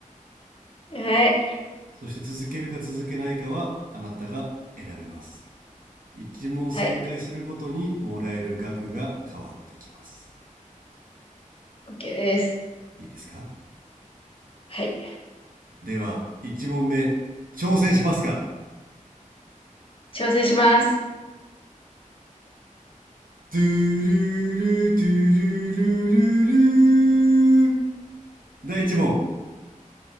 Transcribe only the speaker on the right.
そして続けるか続けないかはあなたが選べます一問正解するごとにもらえる額が変わってきます
いいですか
では一問目挑戦しますか
トゥルルトゥルルルルル第一問